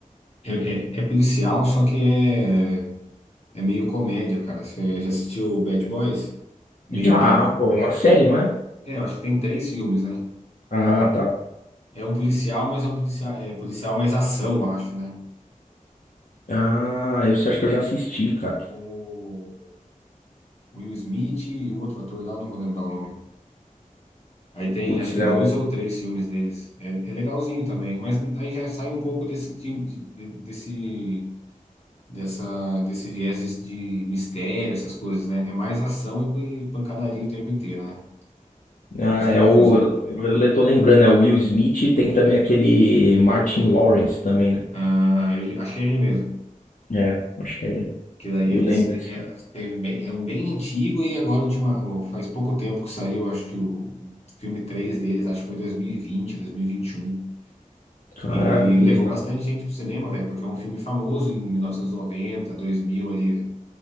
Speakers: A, on the left (about 50°); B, on the left (about 70°).
A: é, é é policial, só que é, é meio comédia, cara. Você já assistiu Bad Boys? meio.
B: Já, pô, é uma série, não é?
A: É, eu acho que tem três filmes, né?
B: Ah, tá.
A: É um policial, mas é um policial, é policial mais ação, eu acho, né?
B: Ah, eu acho que eu já assisti, cara.
A: É com o Will Smith e o outro ator lá, eu não vou lembrar o nome. Aí tem
B: Putz,
A: acho que
B: é
A: dois
B: o.
A: ou três filmes deles. É, é legalzinho também, mas aí já sai um pouco desse time de- desse dessa desse viés de mistério, essas coisas, né? É mais ação e pancadaria o tempo inteiro, né?
B: Ah,
A: Que os,
B: é o.
A: que os,
B: Eu eu tô lembrando, é o Will Smith e tem também aquele Martin Lawrence também, né?
A: ah, ele, acho que é ele mesmo.
B: É, acho que é ele.
A: Que daí
B: Eu
A: eles
B: lembro
A: é,
B: desse filme.
A: é- teve bem, é um bem antigo e agora última, o- faz pouco tempo que saiu, acho que o, o filme 3 deles, acho que foi dois mil E vinte vinte dois mil e e e um
B: Caraca,
A: E
B: que
A: levou
B: legal.
A: bastante gente pro cinema, velho, porque é um filme famoso em mil novecentos e noventa dois mil ali. velho.